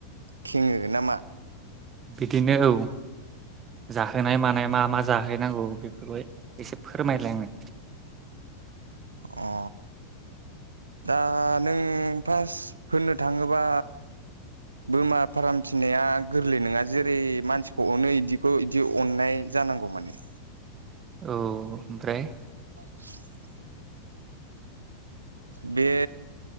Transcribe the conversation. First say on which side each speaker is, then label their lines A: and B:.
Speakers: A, on the right; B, on the right.
A: खेङो नामा?
B: बिदिनो औ जाहोनाय मानाय मा मा जाहोनांगौ बेफोरखौ एसे फोरमायलाय आंनो
A: अ दा नों फार्स्ट होननो थाङोबा बोरमा फार्म फिनाया गोरलै नङा जेरै मानसिखौ अनो बिदिखौ बिदि अननाय जानांगौ माने
B: औ ओमफ्राय
A: <inaudible> बे